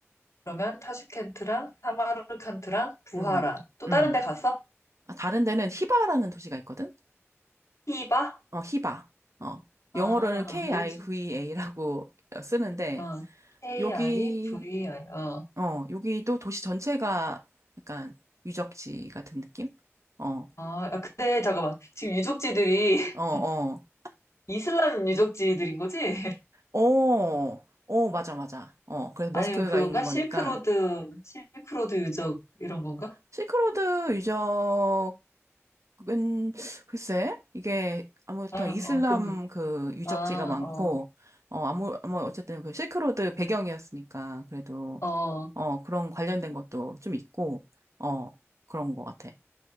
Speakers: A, on the left (about 70°); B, on the right (about 85°).
A: 그러면 타슈켄트랑 사마르칸트랑 부하라
B: 음,
A: 또
B: 음.
A: 다른 데 갔어?
B: 아, 다른 데는 히바라는 도시가 있거든?
A: 히바?
B: 어, 히바. 어.
A: 아,
B: 영어로는 KIVA라고
A: 여기 지-
B: <laughs> 쓰는데,
A: 어, KIVI.
B: 여기,
A: 어.
B: 어, 여기도 도시 전체가 약간 유적지 같은 느낌? 어,
A: 아, 아, 근데 잠깐만. 지금 유적지들이
B: 어, 어.
A: <laughs> 이슬람 유적지들인 거지? <laughs>
B: 어, 어, 맞아, 맞아. 어, 그래서 모스크가
A: 아니면 그건가?
B: 있는 거니까.
A: 실크로드, 실크로드 유적 이런 건가?
B: 실크로드 유적, 은, 글쎄, 이게 아무튼
A: 어, 어,
B: 이슬람
A: 그거
B: 그 유적지가
A: 아,
B: 많고,
A: 어,
B: 어, 아무, 뭐, 어쨌든 그 실크로드 배경이었으니까, 그래도,
A: 어, 어.
B: 어, 그런 관련된 것도 좀 있고, 어, 그런 것 같아.